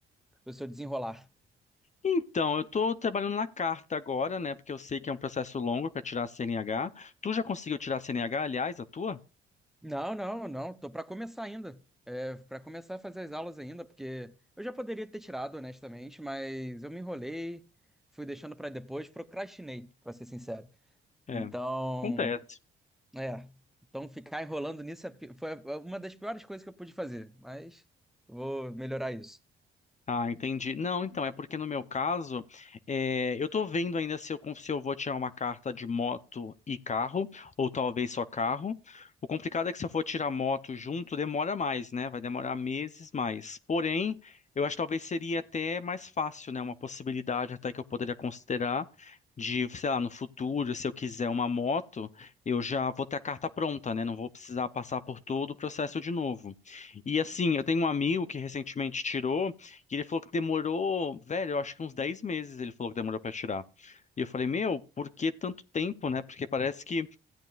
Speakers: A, in the centre; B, on the left (about 35°).
A: o seu desenrolar?
B: Então, eu tô trabalhando na carta agora, né? Porque eu sei que é um processo longo pra tirar a CNH. Tu já conseguiu tirar a CNH, aliás, a tua?
A: Não, não, não. Tô para começar ainda. É, para começar a fazer as aulas ainda, porque eu já poderia ter tirado, honestamente, mas eu me enrolei, fui deixando para depois, procrastinei, para ser sincero.
B: É,
A: Então,
B: acontece.
A: é, então ficar enrolando nisso é pi- foi uma das piores coisas que eu pude fazer, mas vou melhorar isso.
B: Ah, entendi. Não, então, é porque no meu caso, é, eu tô vendo ainda se eu, con- se eu vou tirar uma carta de moto e carro, ou talvez só carro. O complicado é que se eu for tirar moto junto, demora mais, né? Vai demorar meses mais. Porém, eu acho que talvez seria até mais fácil, né? Uma possibilidade até que eu poderia considerar de, sei lá, no futuro, se eu quiser uma moto, eu já vou ter a carta pronta, né? Não vou precisar passar por todo o processo de novo. E assim, eu tenho um amigo que recentemente tirou. E ele falou que demorou, velho, eu acho que uns 10 meses ele falou que demorou pra tirar. E eu falei, meu, por que tanto tempo, né? Porque parece que